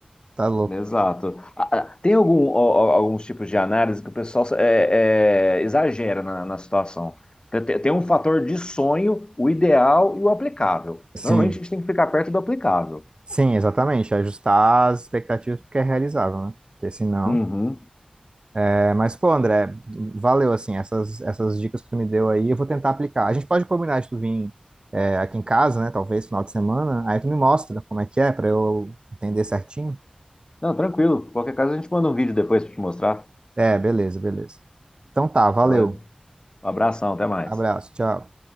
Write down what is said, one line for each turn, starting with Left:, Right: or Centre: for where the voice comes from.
Right: Tá louco.
Left: Exato. Ah, ah, Tem algum, al- al- alguns tipos de análise que o pessoal é, é, exagera na, na situação. Tem, tem- tem um fator de sonho, o ideal e o aplicável.
Right: Sim,
Left: Normalmente a gente tem que ficar perto do aplicável.
Right: sim, exatamente. Ajustar as expectativas porque é realizável, né? Porque senão.
Left: Uhum.
Right: É, mas, pô, André, valeu, assim, essas, essas dicas que tu me deu aí, eu vou tentar aplicar. A gente pode combinar de tu vir é, aqui em casa, né? Talvez final de semana, aí tu me mostra como é que é, para eu entender certinho.
Left: Não, tranquilo. Qualquer caso a gente manda um vídeo depois para te mostrar.
Right: É, beleza, beleza. Então tá, valeu.
Left: Valeu. Um abração, até mais.
Right: Abraço, tchau.